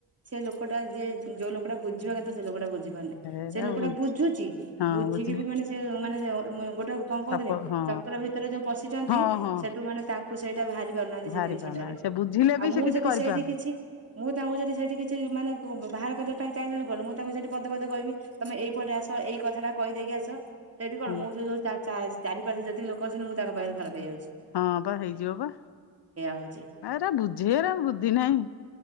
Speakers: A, on the right (about 35°); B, on the left (about 75°).
A: ସେ ଲୋକଟା ଯିଏ ଯୋଉ ଲୋକଟା ବୁଝିବା କଥ ସେ ଲୋକଟା ବୁଝି ପାରୁନି,
B: ଏରା
A: ସେ ଲୋକଟା
B: ବୁଝି
A: ବୁଝୁଚି,
B: ହଁ
A: ବୁଝିକି
B: ବୁଝିଲି
A: ବି ମାନେ ସେ ମାନେ ଅ ମ ଗୋଟେ କଣ କୁହନ୍ତିନି
B: ସପ ହଁ
A: ଚକ୍ର ଭିତରେ ଯୋଉ ପଶିଚନ୍ତି
B: ହଁ ହଁ
A: ସେଠୁ ମାନେ ତାଙ୍କ୍ କୁ ସେଇଟା ବାହାରି ପାରୁନାହାନ୍ତି
B: ଭାରି
A: ସେ ଜିନିଷଟାରେ,
B: ପାଉନାହାନ୍ତି ସେ ବୁଝିଲେ
A: ଆଉ
B: ବି
A: ମୁଁ
B: ସେ କିଛି
A: ଯଦି
B: କରିପାରୁନାହାନ୍ତି
A: ସେଇଠି କିଛି ମୁଁ ତାଙ୍କୁ ଯଦି ସେଇଠି କିଛି ମାନେ ଉ ବାହାର କରିବା ପାଇଁ ଚାହିଁଲା ବେଳୁ କଣ ମୁଁ ତାଙ୍କୁ ସେଠି ପଦେପଦେ କହିବି। ତମେ ଏଇପଟେ ଆସ ଏଇ କଥାଟା କହିଦେଇକି ଆସ ସେଇଠି କଣ
B: ହୁଁ।
A: ମୁଁ ସେ ଯୋଉ ଚା ଚାରି ପାଶ ଯେତିକି ଲୋକ କହୁଚନ୍ତି ମୁଁ ତାଙ୍କ ପାଖରେ ଖରାପେ ହେଇଯାଉଚି।
B: ହଁ ବା ହେଇଯିବ ବା,
A: ହଉଛି।
B: ଆରେ ବୁଝେୟାର ବୁଦ୍ଧି ନାହିଁ।